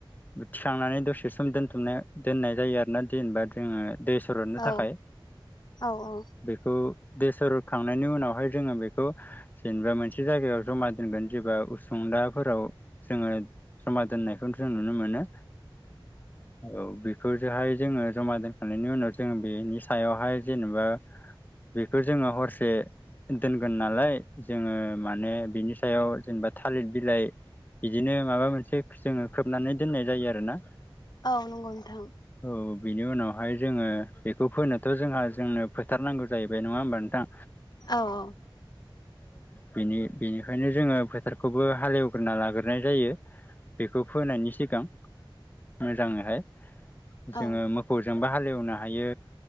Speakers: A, on the left; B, on the left.
A: थिखांनानै दसे सम दोनथुमनाय दोननाय जायो आरोना जेनेबा जोङो दै सुरदनो
B: औ
A: थाखाय
B: औ औ
A: बेखौ दै सरद खांनायनि उनावहाय जोङो बेखौ जेनेबा मोनसे जायगायाव जमा दोनगोन जेबा उसुंलाफोराव जोङो जमा दोननायखौ जों नुनो मोनो औ बे बेखौ जहाय जोङो जमा दोनखांनायनि उनाव जों बेनि सायावहाय जेनेबा बेखौ जोङो हरसे दोनगोन नालाय जोङो माने बिनि सायाव जेनेबा थालिर बिलाइ बिदिनो माबा मोनसे जोङो खोबनानै दोननाय जायो आरोना
B: औ नंगौ नोंथां
A: औ बिनि उनावहाय जोङो बेखौ फोनोथ' जोंहा जोंनो फोथारनांगौ जाहैबाय नङा होमबा नोंथां
B: औ-औ
A: बेनि बेनिखायनो जोङो फोथारखौबो हाले एवग्रोना लाग्रोनाय जायो बेखौ फोनायनि सिगां मोजाङैहाय जोङो
B: औ
A: मोखौजोंबो हा हालेवनो हायो